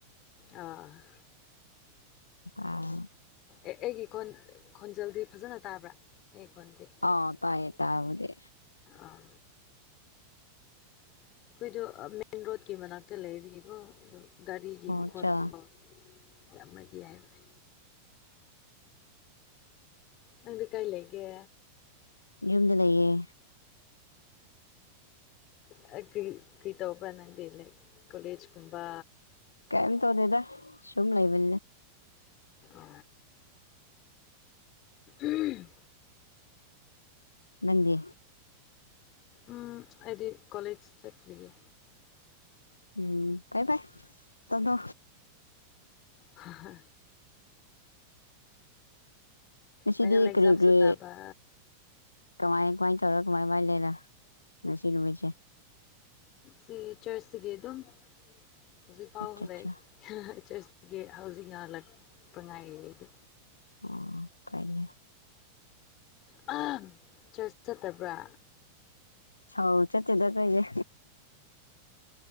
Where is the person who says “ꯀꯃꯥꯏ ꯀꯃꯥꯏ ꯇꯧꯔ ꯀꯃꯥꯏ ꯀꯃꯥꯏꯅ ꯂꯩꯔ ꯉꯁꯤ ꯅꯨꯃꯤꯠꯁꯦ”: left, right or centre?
Left